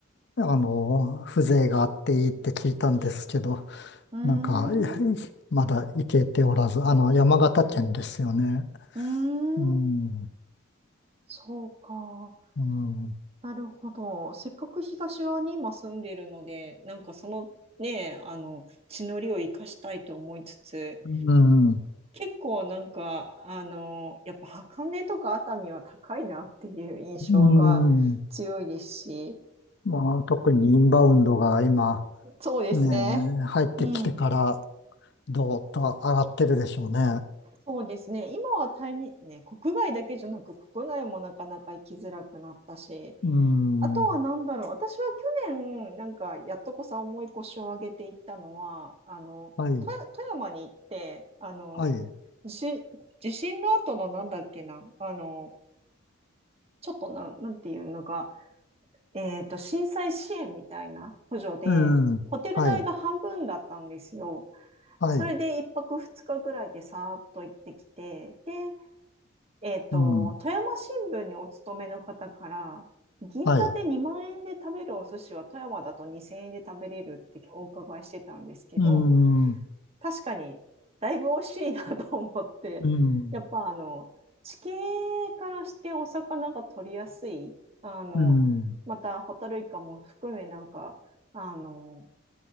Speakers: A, on the left; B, on the right.
A: あの、風情があっていいって聞いたんですけど、
B: うん。
A: なんか、いやい
B: うーん。
A: まだ行けておらず、あの、山形県ですよね。
B: うーん、
A: うん、
B: そうか。
A: うん、
B: なるほど。せっかく東側に今住んでいるので、なんかそのね、あの、地の利を生かしたいと思いつつ、
A: うん、
B: 結構なんか、あの、やっぱ箱根とか熱海は高いなっていう印象が強いですし、
A: うんまあ、特にインバウンドが今、
B: そうですね。
A: ね、入ってきてから、
B: うん、
A: どうと上がってるでしょうね。
B: そうですね。今はタイミ、ね、国外だけじゃなく、国内もなかなか行きづらくなったし、
A: うん、
B: あとは何だろう。私は去年、なんか、やっとこさ重い腰を上げていったのは、あの、
A: はい、
B: 富富山に行って、あの、
A: はい、
B: 地震、地震の後のなんだっけな、あの、ちょっとな、なんていうのか、えっと、震災支援みたいな補助で、
A: うん、うんはい、
B: ホテル代が半分だったんですよ。
A: はい、
B: それで1泊2日ぐらいでさーっと行ってきて、で、えっと、
A: うん、
B: 富山新聞にお勤めの方から、銀座で2万円で食べるお寿司は富山だと2000円で食べれるってお伺いしてたんですけど、
A: はい、うん、う
B: 確かにだいぶ美味しいなと思って、
A: ん、
B: やっぱあの、地形からしてお魚が取りやすい、あの、
A: うん、
B: またホタルイカも含めなんか、あの、